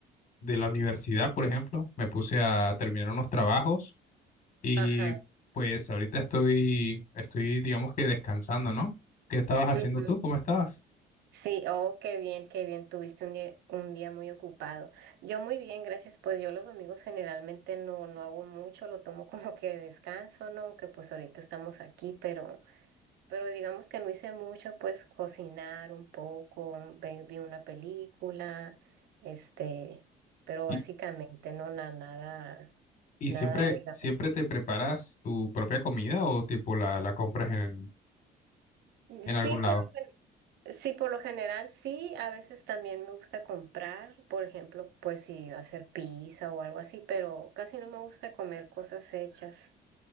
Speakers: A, on the left (about 50°); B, on the right (about 80°).
A: de la universidad, por ejemplo. Me puse a terminar unos trabajos y
B: Ajá.
A: pues ahorita estoy, estoy digamos que descansando, ¿no? ¿Qué estabas haciendo
B: ujú.
A: tú? ¿Cómo estabas?
B: Sí, oh, qué bien, qué bien, tuviste un día, un día muy ocupado. Yo muy bien, gracias. Pues yo los domingos generalmente no, no hago mucho, lo tomo como que de descanso, ¿no? Aunque pues ahorita estamos aquí, pero, pero digamos que no hice mucho, pues cocinar un poco, ve- vi una película, este, pero
A: ¿Y,
B: básicamente no, na- nada,
A: y
B: nada,
A: siempre,
B: digamos.
A: siempre te preparas tu propia comida o tipo la, la compras en, en
B: Sí,
A: algún
B: por
A: lado?
B: Sí, por lo general sí, a veces también me gusta comprar, por ejemplo, pues si hacer pizza o algo así, pero casi no me gusta comer cosas hechas.